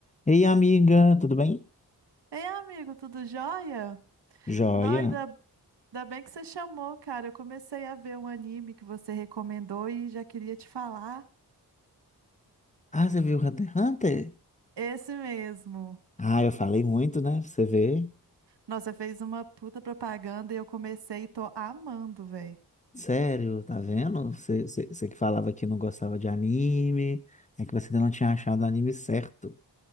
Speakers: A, on the left; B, on the right.
A: Ei, amiga, tudo bem?
B: Ei, amigo, tudo jóia?
A: Joia.
B: Não, ainda, ainda bem que você chamou, cara. Eu comecei a ver um anime que você recomendou e já queria te falar.
A: Ah, você viu Hunter x Hunter?
B: Esse mesmo.
A: Ah, eu falei muito, né? Pra Você vê?
B: Nossa, fez uma puta propaganda e eu comecei e tô amando, velho.
A: Sério, tá vendo? Você, você, você que falava que não gostava de anime, é que você ainda não tinha achado o anime certo